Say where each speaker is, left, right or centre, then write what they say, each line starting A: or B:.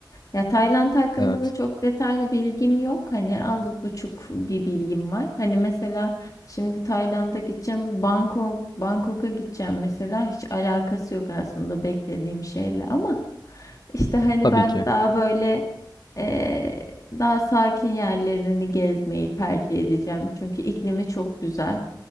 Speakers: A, on the left; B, on the left.
A: Ya Tayland hakkında
B: Evet,
A: da çok detaylı bilgim yok. Hani az buçuk bir bilgim var. Hani mesela şimdi Tayland'a gideceğim, Bangkok, Bangkok'a gideceğim mesela hiç alakası yok aslında beklediğim şeyle ama işte hani
B: tabii
A: ben
B: ki.
A: daha böyle eee, daha sakin yerlerini gezmeyi tercih edeceğim. Çünkü iklimi çok güzel.